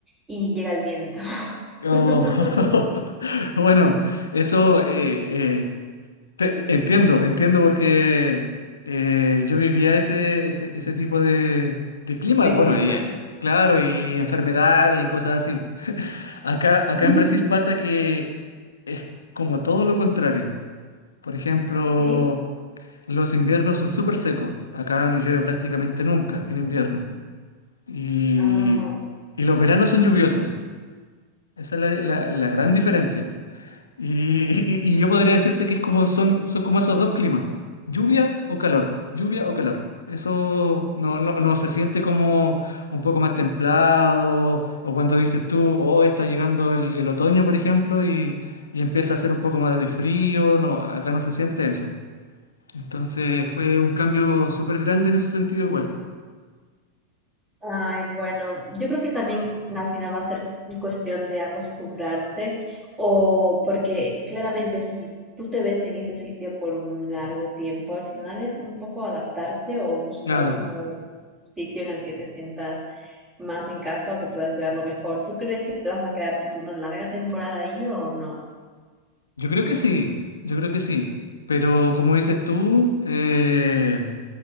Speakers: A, on the right; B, on the left.
A: y llega el viento <laughs>
B: Oh, <laughs> bueno, eso eh, eh, Te- entiendo, entiendo porque eh, yo vivía ese, ese, ese tipo de, de clima,
A: de
B: bueno,
A: clima.
B: y eh, claro, y enfermedades y cosas así. Acá, acá
A: <laughs>
B: en Brasil pasa que es como todo lo contrario. Por ejemplo,
A: Sí,
B: los inviernos son súper secos. Acá no llueve prácticamente nunca en invierno. Y,
A: ah.
B: y los veranos son lluviosos. Esa es la la- la gran diferencia. Y, y- y yo podría decirte que es como son, son como esos dos climas, lluvia o calor, lluvia o calor. Eso no, no, no se siente como un poco más templado, o cuando dices tú, oh, está llegando el, el otoño, por ejemplo, y, y empieza a hacer un poco más de frío, no, acá no se siente eso. Entonces fue un cambio súper grande en ese sentido igual.
A: Ay, bueno, yo creo que también al final va a ser cuestión de acostumbrarse o porque claramente si tú te ves en ese sitio por un largo tiempo, al final es un poco adaptarse o buscar
B: Claro,
A: como un sitio en el que te sientas más en casa o que puedas llevarlo mejor. ¿Tú crees que te vas a quedarte por una larga temporada ahí o no?
B: yo creo que sí, yo creo que sí, pero como dices tú, eh,